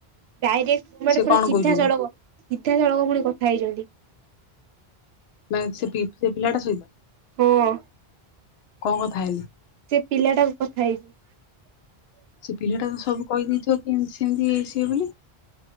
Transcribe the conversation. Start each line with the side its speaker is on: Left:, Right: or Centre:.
Right: ଡାଇରେକ୍ଟ ମାନେ
Left: ସେ
Right: ପୁରା
Left: କଣ
Right: ସିଧା
Left: କହୁଛନ୍ତି
Right: ସଳଖ ସିଧା ସଳଖ ପୁଣି କଥା ହେଇଛନ୍ତି।
Left: ମାନେ ସେ ସେ ପିଲା ଟା ସହିତ
Right: ହଁ
Left: କଣ କଥା ହେଲେ?
Right: ସେ ପିଲାଟାକୁ କଥା ହେଇଛିି।
Left: ସେ ପିଲାଟା ତ ସବୁ କହିଦେଇଥିବ କେମିତି ସେମିତି ଇଏ ସିଏ ବୋଲି।